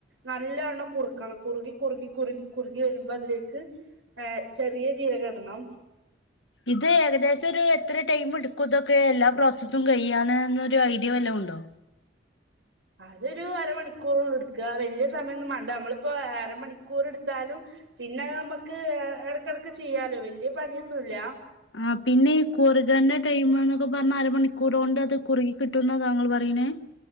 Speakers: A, on the right; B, on the left.
A: നല്ല വണ്ണം കുറുക്കണം കുറുകി കുറുകി കുറുകി കുറുകി വരുമ്പോ അതിലേക്ക് ഏഹ് ചെറിയ ജീരകടണം
B: ഇത് ഏകദേശ ഒരു എത്ര ടൈം എടുക്കും ഇതൊക്കെ എല്ലാ പ്രോസസ്സും കയ്യാന് എന്ന ഒരു ഐഡിയ വല്ല ഉണ്ടോ
A: അതൊരു അരമണിക്കൂറുള്ളൂ എടുക്ക വല്യ സമയോന്നും മാണ്ട നമ്മളിപ്പോ അരമണിക്കൂറെടുത്താലും പിന്നെ നമ്മക്ക് ഇടക്കിടക്ക് ചെയ്യാലോ വല്യ പണിയൊന്നുല്ല
B: ആഹ് പിന്നെ ഈ കുറുകന്റെ ടൈം എന്നൊക്കെ പറഞ്ഞ അരമണിക്കൂർ കൊണ്ട് അത് കുറുകി കിട്ടുന്ന താങ്കൾ പറയണേ